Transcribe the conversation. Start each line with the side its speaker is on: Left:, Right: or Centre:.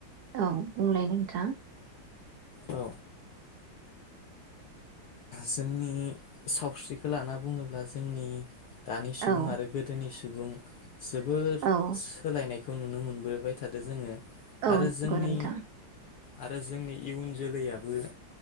Right: औ बुंलाय नोंथां
Left: औ जोंनि सावस्रिखो लाना बुङोब्ला जोंनि दानि सुबुं
Right: औ
Left: आरो गोदोनि सुबं सुबुं जोबद
Right: औ
Left: सोलायनाय खौ नुनो मोनबोबाय थादो जोङो
Right: औ
Left: आरो
Right: नंगौ
Left: जोंनि
Right: नोंथां
Left: आरो जोंनि इयुन जोलैयाबो